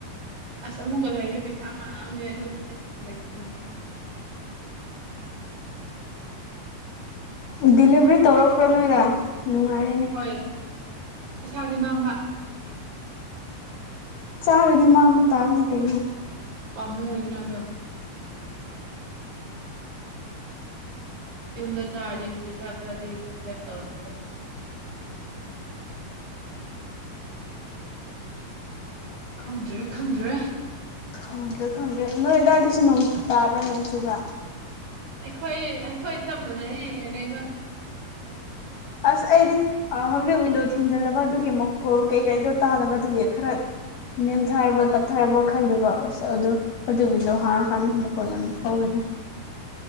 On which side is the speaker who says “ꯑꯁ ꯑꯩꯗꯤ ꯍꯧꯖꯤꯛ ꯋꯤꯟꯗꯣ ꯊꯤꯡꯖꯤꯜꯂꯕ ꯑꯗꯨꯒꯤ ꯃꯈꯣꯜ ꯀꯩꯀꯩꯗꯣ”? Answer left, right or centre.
Left